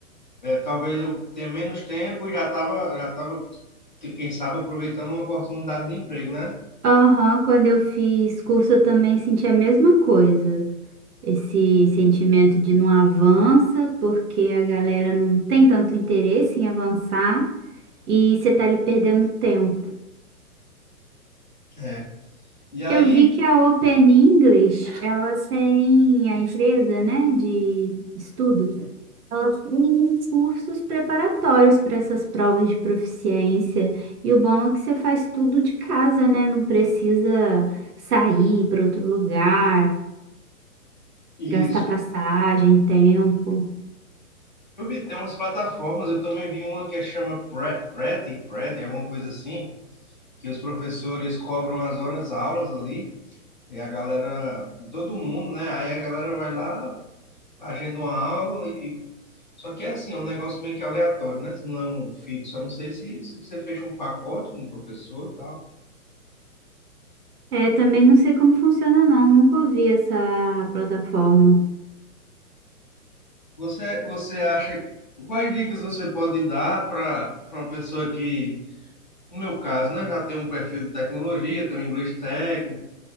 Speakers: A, on the left; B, on the right.
A: eh, talvez eu tenha menos tempo e já estava, já tava, quem sabe, aproveitando uma oportunidade de emprego, né?
B: Aham, quando eu fiz curso eu também senti a mesma coisa. Esse sentimento de não avança, porque a galera não tem tanto interesse em avançar e você tá ali perdendo tempo.
A: É. E aí,
B: Eu vi que a Open English, ela tem a empresa, né, de estudos. Ela tem cursos preparatórios para essas provas de proficiência. E o bom é que você faz tudo de casa, né? Não precisa sair para outro lugar,
A: isso.
B: gastar passagem, tempo.
A: Eu vi, tem umas plataformas, eu também vi uma que chama Pre- Preti, Preti, alguma coisa assim, que os professores cobram as horas aulas ali, e a galera, de todo mundo, né? Aí a galera vai lá, agenda uma aula e. Só que é assim, é um negócio meio que aleatório, né? Se não é um fixo. Eu não sei se, se você fecha um pacote com o professor e tal.
B: É, também não sei como funciona, não. Nunca ouvi essa plataforma.
A: Você, você acha. Quais dicas você pode dar para para uma pessoa que, no meu caso, né, já tem um perfil de tecnologia, tem um inglês técnico,